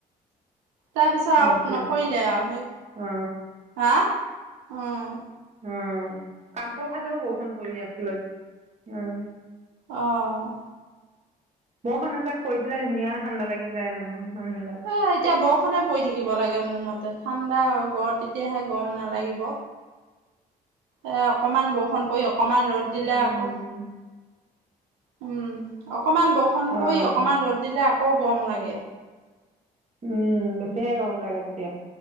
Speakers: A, on the right; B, on the right.
A: তাৰপিছত
B: পৰিছিলে
A: আৰু নপৰিলে আৰু সেই
B: অ
A: হা, উম
B: উম' কামপুৰৰ ফালেও বৰষুণ পৰি আছিলে। উম'
A: অ',
B: বৰষুণ এজাক, পৰি দিলে ধুনীয়া ঠাণ্ডা লাগি যায় নহয় মানুহবিলাক
A: এ, এতিয়া বৰষুণে পৰি থাকিব লাগে মোৰ মতে ঠাণ্ডা গ তেতিয়াহে গৰম নালাগিব। এ, অকণমান বৰষুণ পৰি অকণমান ৰ'দ দিলে
B: অ
A: আকৌ
B: উম
A: উম' অকমান বৰষুণ
B: অ
A: পৰি অকণমান ৰ'দ দিলে আকৌ গৰম লাগে।
B: উম' বেছিহে গৰম লাগে তেতিয়া